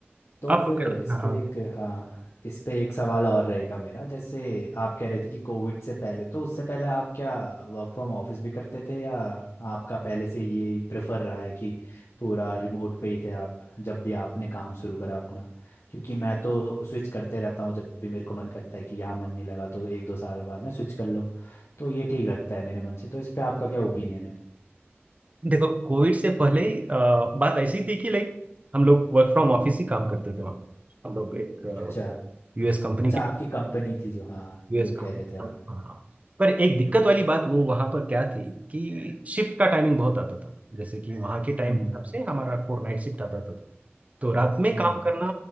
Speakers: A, on the left (about 80°); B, on the right (about 35°).
A: तो फिर
B: अब
A: इस
B: हाँ
A: पे
B: हाँ।
A: एक हाँ इस पे एक सवाल और रहेगा मेरा जैसे आप कह रहे थे कि कोविड से पहले तो उससे पहले आप क्या वर्क फ्रॉम ऑफिस भी करते थे या आपका पहले से ये प्रेफर रहा है कि पूरा रिमोट पे ही थे आप जब भी आपने काम शुरू करा अपना क्योंकि मैं तो स्विच करते रहता हूँ जब भी मेरे को मन करता है कि यहाँ मन नहीं लगा तो एक दो साल बाद ना स्विच कर लो तो ये ठीक लगता है मेरे मन से तो इस पे आपका क्या ओपिनियन है
B: देखो कोविड से पहले ही, अ, बात ऐसी थी कि लाइक हम लोग वर्क फ्रॉम ऑफिस ही काम करते थे वहाँ पे। हम लोग एक
A: अच्छा
B: यूएस कंपनी
A: अच्छा
B: के
A: आपकी कंपनी थी जो हाँ
B: यूएस
A: जो कह रहे थे
B: हाँ
A: आप
B: पर एक दिक्कत वाली बात वो वहां पर क्या थी कि शिफ्ट का टाइमिंग बहुत आता था जैसे कि वहां के टाइम
A: हम्म
B: हिसाब से हमारा फोर नाइट शिफ्ट आता था तो रात में
A: हम्म
B: काम
A: हम्म।
B: करना